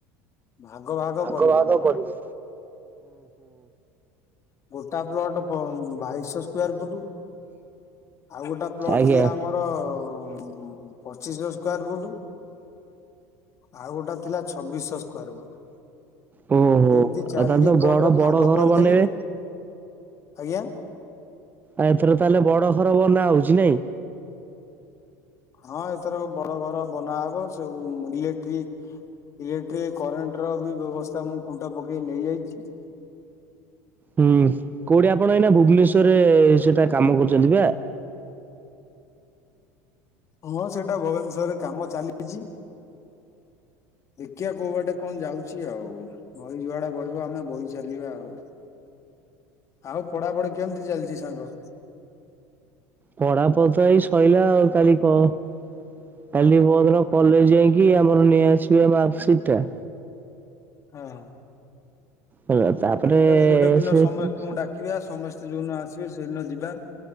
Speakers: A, on the left; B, on the right.
A: ଭାଗ ଭାଗ
B: ଭାଗ
A: କରିଦେଲି
B: ଭାଗ କରିବି।
A: ଗୋଟା ପ୍ଲଟ ବ-ଅ-ଅ-ଅ ବାଇଶ ସ୍କ୍ୱେୟାର ଫୁଟୁ। ଆଉ ଗୋଟେ ପ୍ଲଟ
B: ଆଜ୍ଞା
A: ଥିଲା ଆମର-ଅ-ଅ-ଅ-ମ୍ ପଚିଶଶହ ସ୍କ୍ଵେର ଫୁଟୁ ଆଉ ଗୋଟେ ଥିଲା ଛବିଶଶ ସ୍କ୍ଵେର ଫୁଟୁ।
B: ଓହୋ
A: ଏମିତି
B: ଆଉ
A: ଚାରିଟି
B: ତାହେଲେ ତ
A: ପ୍ଲଟ
B: ବଡ
A: ରେ
B: ବଡ
A: ଭାଗ
B: ଘର
A: କରିଦେଲି
B: ବନେଇବେ।
A: ଆଜ୍ଞା।
B: ଆଉ ଏଥର ତାହେଲେ ବଡ ଘର ବନା ହଉଛି ନାଇଁ?
A: ହଁ ଏଥର ବଡ ଘର ବନାହବ ସବୁ ଇଲେକ୍ଟ୍ରିକ ଇଲେକ୍ଟ୍ରି କରେଣ୍ଟ ର ବି ବ୍ୟବସ୍ଥା ମୁଁ ଖୁଣ୍ଟ ପକେଇ ନେଇଆଇଛି।
B: ହୁଁ କୋଉଠି ଆପଣ ଏଇନା ଭୁବନେଶ୍ୱରରେ-ଏ-ଏ-ଏ ସେଟା କାମ କରୁଛନ୍ତି ବା?
A: ହଁ ସେଇଟା ଭୁବନେଶ୍ୱରରେ କାମ ଚାଲିଛି। ଦେଖିିବା କୋଉ ବାଟେ କଣ ଯାଉଛି ଆଉ ବହି ଯୁଆଡେ ବହିବ ଆମେ ବହି ଚାଲିବା ଆଉ ଆଉ ପଢାପଢି କେମିତି ଚାଲିଛି ସାଙ୍ଗ?
B: ପଢ଼ ପଢ଼ି ତ ଏଇ ସାଇଲା ଆଉ କାଲି କଣ କାଲି ପରଦିନ କଲେଜ ଯାଇକି ଆମର ନେଇଆସିବା ମାର୍କସିଟ ଟା।
A: ହଁ
B: ହେଲା ତାପରେ
A: ନାଇଁ ତାକୁ ଗୋଟେ ଦିନ
B: ସେ
A: ସମସ୍ତଙ୍କୁ
B: ଆଜ୍ଞା
A: ଡାକିବା ସମସ୍ତେ ଯୋଉଦିନ ଆସିବେ ସେଇଦିନ ଯିବା।